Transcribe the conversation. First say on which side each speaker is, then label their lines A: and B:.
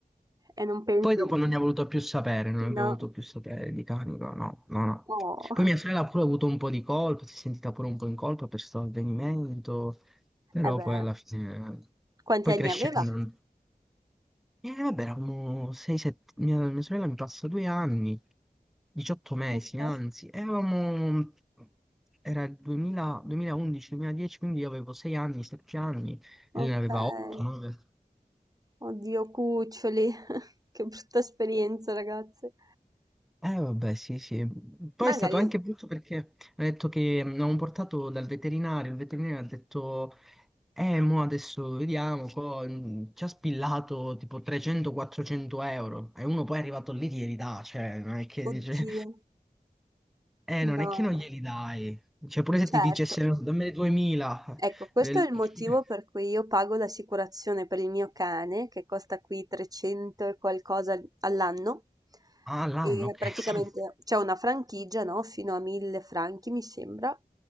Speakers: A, on the right; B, in the centre.
A: e non pensi
B: Poi dopo non ne ha voluto più sapere, non abbiamo
A: No.
B: voluto più sapere di canico, no, no, no.
A: Oh.
B: Poi mia sorella ha pure avuto un po' di colpa, si è sentita pure un po' in colpa per questo avvenimento, però
A: Eh beh,
B: poi alla fine,
A: quanti
B: poi
A: anni
B: crescendo...
A: aveva?
B: E vabbè, eravamo 6-7, mia, mia sorella mi passa due anni, 18 mesi
A: Okay,
B: anzi, e avevamo, era il 2000 2011-2010, quindi io avevo 6 anni, 7 anni, e lei
A: okay.
B: ne aveva 8, 9.
A: Oddio, cuccioli. <laughs> Che brutta esperienza, ragazze.
B: Eh vabbè, sì, sì. Poi
A: Magari,
B: è stato anche brutto perché ha detto che mm, l'avevamo portato dal veterinario, il veterinario ha detto, eh, mo adesso vediamo, co- mm, ci ha spillato tipo 300-400 euro, e uno poi è arrivato lì ti gli dà, cioè, non è che
A: oddio,
B: dice... Eh,
A: no.
B: non è che non glieli dai. Cioè, pure se ti
A: Certo.
B: dicesse, "No, dammene 2000.
A: Ecco, questo
B: eh,
A: è il
B: <laughs>
A: motivo per cui io pago l'assicurazione per il mio cane, che costa qui 300 e qualcosa al- all'anno,
B: Ah, l'anno,
A: e
B: ok.
A: praticamente
B: <laughs> Sì.
A: c'è una franchigia, no? Fino a 1000 franchi, mi sembra,